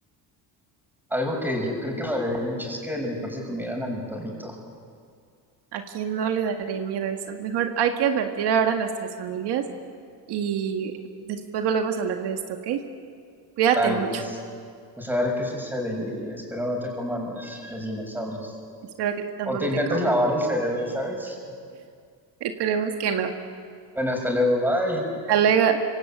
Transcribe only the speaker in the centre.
Algo que yo creo que valería mucho es que a lo mejor se comieran a mi perrito.
Dale,
pues, pues a ver qué sucede y, y espero no te coman los, los dinosaurios.
O te intentes
lavar el cerebro, ¿sabes?
Bueno, hasta luego, bye.